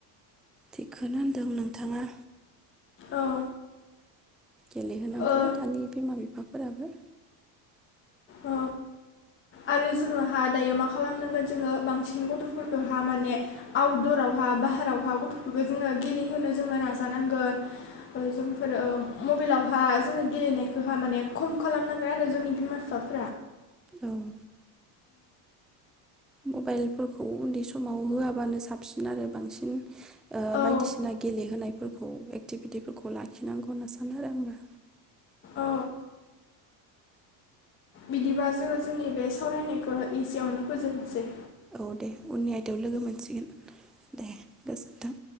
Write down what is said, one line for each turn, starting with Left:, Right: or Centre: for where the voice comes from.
Centre: थिखौनो होनदों नोंथाङा।
Left: औ।
Centre: गेलेहोनांगौ
Left: ओ
Centre: दानि बिमा बिफाफोराबो
Left: औ आरो जोङोहा दायो मा खालामनांगोन जोङो बांसिन गथफोरखौहा माने आउटदरावहा बाहारावहा गथ'फोरखौ जोङो गेलेहोनो जोङो नाजानांगोन जोंफोरो मबाइलावहा जोङो गेलेनायखौहा माने खम खालामनांगोन आरो जोंनि बिमा बिफा
Centre: उम मबाइलफोरखौ उन्दै समाव होआबानो साबसिन आरो बांसिन ओ
Left: औ
Centre: बायदिसिना गेलेहोनाय फोरखौ एक्टिभिटिफोरखौ लाखिनांगौ होनना सानो आरो आंबो
Left: औ बिदिबा जोङो जोंनि बे सावरायनायखौ इसेयावनो फोजोबनोसै
Centre: औ दे उननि आयदायाव लोगो मोनसिगोन दे गोजोन थों